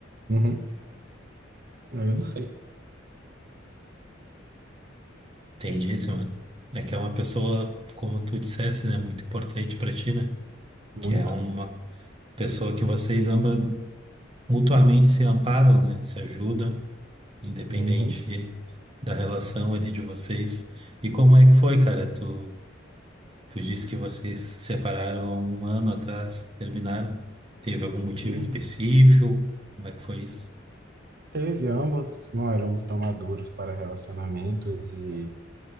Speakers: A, on the right; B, on the right.
A: Uhum. Aí eu não sei.
B: Entendíssimo. É que é uma pessoa, como tu dissesse, né, muito importante pra ti, né?
A: Muito.
B: Que é uma pessoa que vocês ambas mutuamente se amparam, né? Se ajudam, independente
A: Uhum.
B: da relação ali de vocês. E como é que foi, cara? Tu, tu disse que vocês se separaram há um ano atrás, terminaram. Teve algum motivo
A: Uhum.
B: específico? Como é que foi isso?
A: Teve, ambos não éramos tão maduros para relacionamentos e